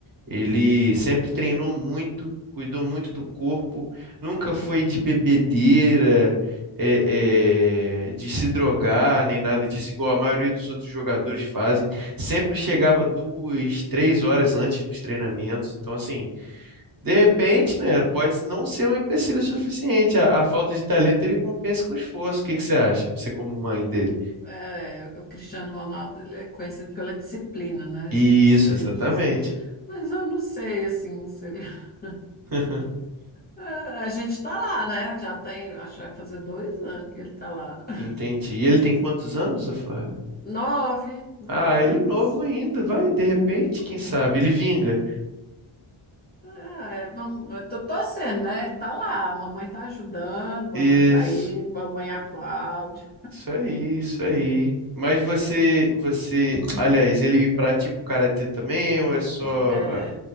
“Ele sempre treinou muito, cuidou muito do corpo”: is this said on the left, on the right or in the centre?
Right